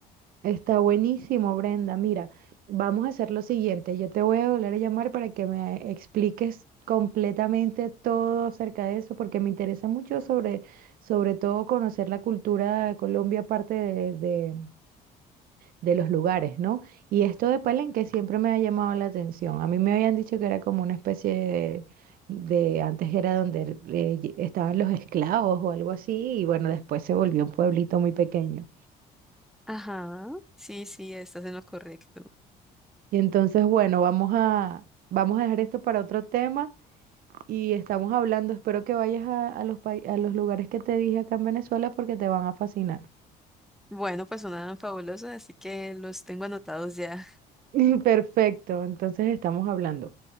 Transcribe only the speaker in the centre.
Ajá, sí, sí, estás en lo correcto.
Bueno, pues sonaban fabulosos, así que los tengo anotados ya.